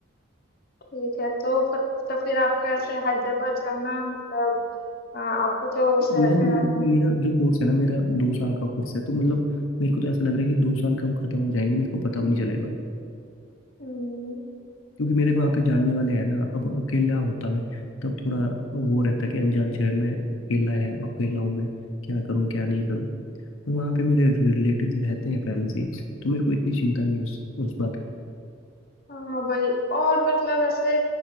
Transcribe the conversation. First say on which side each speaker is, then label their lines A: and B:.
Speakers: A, on the left; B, on the left.
A: ठीक है तो फिर- तो फिर आपका ऐसे हैदराबाद जाना मतलब आ, आपको तो शहर
B: मैं मैं
A: का
B: मेरा जो कोर्स है ना मेरा दो साल का कोर्स है तो मतलब मेरे को तो ऐसा लग रहा है कि दो साल कब खत्म हो जाएंगे मेरे को पता भी नहीं चलेगा
A: हम्म,
B: क्योंकि मेरे वहाँ पे जानने वाले हैं ना अब अकेला होता मैं तब थोड़ा वो रहता कि अनजान शहर में अकेला है अकेला हूँ मैं क्या करूँ क्या नहीं करूँ पर वहाँ पे मेरे रिलेटिव रहते हैं पहले से ही तो मेरे को इतनी चिंता नहीं है उस उस बात की
A: हाँ वही और मतलब ऐसे